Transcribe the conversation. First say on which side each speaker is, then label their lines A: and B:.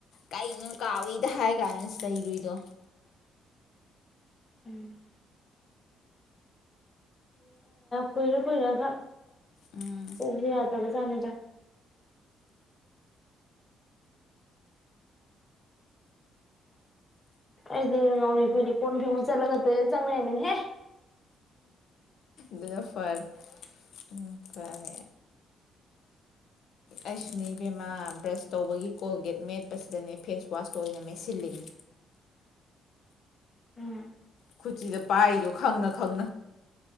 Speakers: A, on the left (about 70°); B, on the left (about 25°).
A: ꯀꯩꯅꯣ ꯀꯥꯎꯏꯗ ꯍꯥꯏ ꯀꯥꯏꯅ ꯆꯩꯔꯨꯏꯗꯣ
B: <unintelligible> ꯎꯝ ꯀꯣꯏꯔꯈꯣꯏꯔ ꯈ
A: ꯎꯝ
B: ꯀ ꯌꯥꯗꯕꯖꯥꯅꯦꯗ ꯑꯩꯗꯤ ꯉꯥꯎꯔꯤ ꯐꯗꯤ ꯀꯣꯟ ꯐꯕ ꯆꯠꯂꯒ ꯇꯂꯦ ꯆꯪꯅꯕꯅꯤꯍꯦ
A: ꯖꯅꯤꯖꯐꯔ ꯑꯗꯨꯇꯥꯔꯦ ꯑꯩꯁꯨꯅꯤ ꯕꯦꯝꯃꯥ ꯕ꯭ꯔꯁ ꯇꯧꯕꯒꯤ ꯀꯣꯜꯒꯦꯠ ꯃꯦꯠꯄꯁꯤꯗꯅꯦ ꯐꯦꯁꯋꯥꯁꯇꯣ ꯑꯣꯏꯅ ꯃꯦꯠꯁꯤꯜꯂꯤꯅꯤ
B: <unintelligible> ꯎꯝ
A: ꯈꯨꯁꯤꯤꯗ ꯄꯥꯏꯔꯤꯗꯣ ꯈꯪꯅ ꯈꯪꯅ